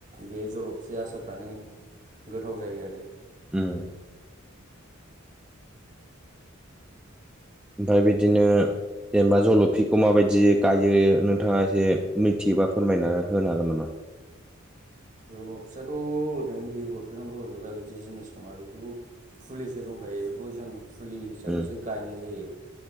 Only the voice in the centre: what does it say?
ओम ओमफ्राय बिदिनो जेनेबा जल फिखौ माबायदि गायो नोंथाङा एसे मिथियोबा फोरमायनानै होनो हागोन नामा
उम